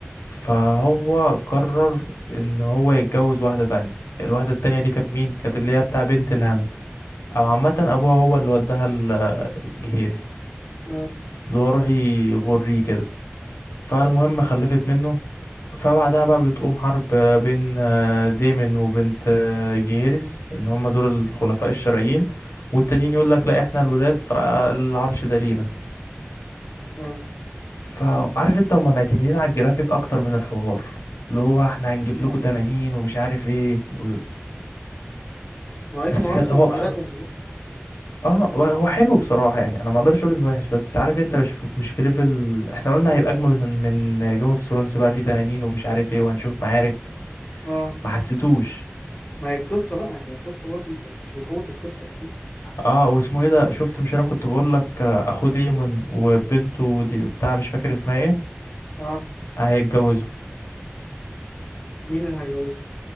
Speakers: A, on the left; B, on the left.
A: فهو قرر ان هو يتجوز واحدة تانية الواحدة التانية دي كانت مين كانت اللي هي بتاع بنت الهند او عامة ابوها هو اللي وداها ال- الجهيرس
B: اه
A: اللي هو روحي يغريه كده فالمهم
B: اه,
A: خلفت منه فبعدها بقى بتقوم حرب بين آه، ديمن وبنت آه، جيهيرس ان هما دول الخلفاء الشرعيين والتانيين يقول لك لا احنا الولاد فالعرش ده لينا
B: آه.
A: فعارف انت هما معتمدين على الجرافيك اكتر من الحوار اللي هو احنا هنجيب
B: مم.
A: لكم تنانين ومش عارف ايه و...
B: ما هو اسمه
A: بس كان
B: هاوس اوف
A: هو
B: دراجونز بقى
A: اه هو هو حلو بصراحة يعني انا ما اقدرش اقول انه وحش بس عارف انت مش في... مش في ليفل احنا قلنا هيبقى اجمل من من جيم اوف ثرونز بقى في تنانين ومش عارف ايه وهنشوف معارك
B: اه
A: ما حسيتوش
B: ما هي القصة بقى ما هي القصة برضه مش بقوة القصة أكيد
A: اه واسمه ايه ده شفت مش انا كنت بقول لك آه، اخو ديمون وبنته دي بتاع مش فاكر اسمها ايه
B: أه
A: هيتجوزوا
B: مين اللي هيجوزه؟